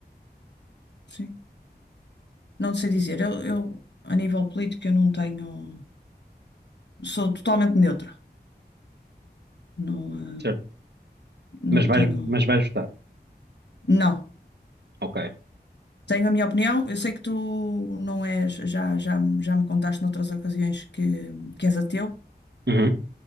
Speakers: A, on the left (about 80°); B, on the right (about 75°).
A: sim. Não sei dizer. Eu, eu, a nível político, eu não tenho. Sou totalmente neutra. Não, eh,
B: certo?
A: não
B: Mas vais,
A: tenho.
B: mas vais votar,
A: Não.
B: ok?
A: Tenho a minha opinião. Eu sei que tu não és. Já, já, já me contaste noutras ocasiões que, que és ateu,
B: Uhum,